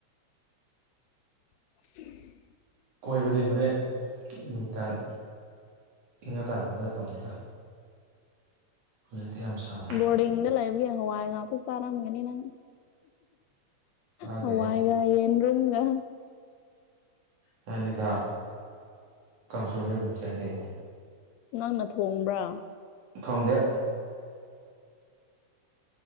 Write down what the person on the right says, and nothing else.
ꯀꯣꯏꯕꯗꯤ ꯍꯣꯔꯦꯟ ꯅꯨꯅꯨꯡꯗꯥꯡ ꯏꯪꯉꯀꯥꯟꯗ ꯈ ꯇꯧꯅꯤꯗ ꯍꯧꯖꯤꯛꯇꯤ ꯌꯥꯝ ꯁꯥꯗ꯭ꯔꯣ
ꯆꯥꯗꯦꯍꯦ
ꯆꯗꯦꯗ ꯀꯥꯡꯁꯣꯢꯁꯨ ꯑꯗꯨꯝ ꯆꯥꯏ ꯀꯩꯅꯣ
ꯊꯣꯡꯗꯦ